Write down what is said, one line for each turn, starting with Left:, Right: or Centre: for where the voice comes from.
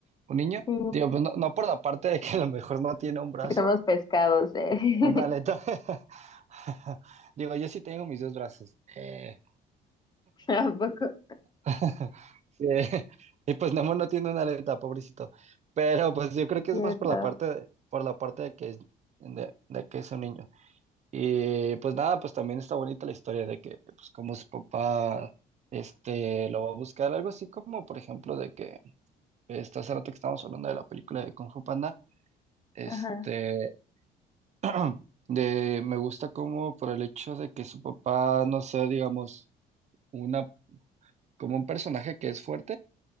Right: un niño.
Left: Sí.
Right: Digo, pues no, no por la parte de que a lo mejor no tiene un brazo
Left: que somos pescados, ¿eh? <laughs>
Right: Una aleta. <laughs> Digo, yo sí tengo mis dos brazos. Eh,
Left: Tampoco.
Right: <laughs> sí, Y pues Nemo no tiene una aleta, pobrecito. Pero pues yo creo que
Left: cierto.
Right: es más por la parte de, por la parte de que es, de, de que es un niño. Y pues nada, pues también está bonita la historia de que pues como su papá este lo va a buscar, algo así como por ejemplo de que este, hace rato que estábamos hablando de la película de Kung Fu Panda. Este,
Left: Ajá.
Right: <clears throat> De, me gusta como por el hecho de que su papá no sea, digamos, una, como un personaje que es fuerte,